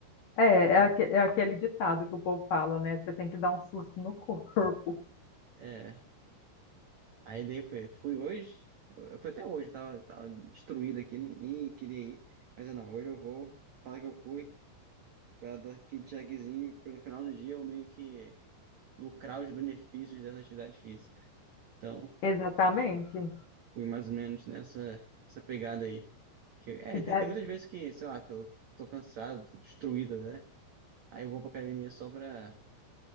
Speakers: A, on the left (about 60°); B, on the right (about 80°).
A: É, é,
B: E
A: aque-
B: eu-
A: é aquele ditado que o povo fala, né? Você tem que dar um susto no corpo.
B: É. Aí daí foi, fui hoje. Eu, eu fui até hoje, eu tava, tava destruído aqui, nem, nem queria ir. Mas eu não, hoje eu vou falar que eu fui, pra dar aquele checkzinho, pelo final do dia eu meio que lucrar os benefícios dessa atividade física. Então.
A: <laughs> Exatamente.
B: fui mais ou menos nessa essa pegada aí. Que, é,
A: E,
B: tem,
A: se a-
B: tem muitas vezes que, sei lá, tô, tô cansado, tô destruído, né? Aí eu vou pra academia só pra,